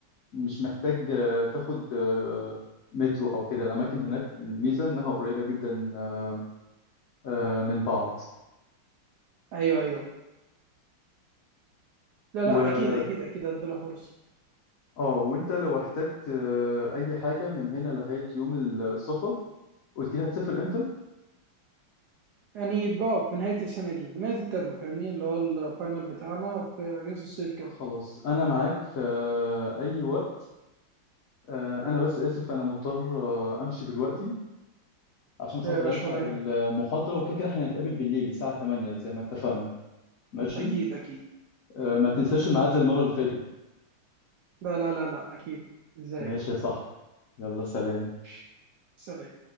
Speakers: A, on the left; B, on the right.
A: مش محتاج آه، تاخد آه، مترو او كده الاماكن هناك الميزة انها قريبة جدا آه، آه، من بعض
B: ايوه ايوه لا
A: و
B: لا اكيد اكيد اكيد هديلها فرصة
A: اه وانت لو احتجت آه، اي حاجة من هنا لغاية يوم السفر قلت لي هتسافر امتى
B: يعني بقى في نهاية السنة دي بنهاية الترم فاهمني اللي هو الفاينل بتاعنا في اجازة الصيف كده
A: خلاص انا معاك في آه، اي وقت آه، انا بس اسف انا مضطر آه، امشي دلوقتي عشان
B: ده
A: خاطر
B: يا باشا
A: الحق
B: ولا يهمك
A: المحاضرة وكده كده احنا هنتقابل بالليل الساعة 8 زي ما اتفقنا ماشي
B: اكيد اكيد
A: آه،
B: اكيد
A: ما تنساش الميعاد زي المرة اللي فاتت
B: لا لا لا لا اكيد ازاي
A: ماشي يا صاحبي يلا سلام
B: ماشي سلام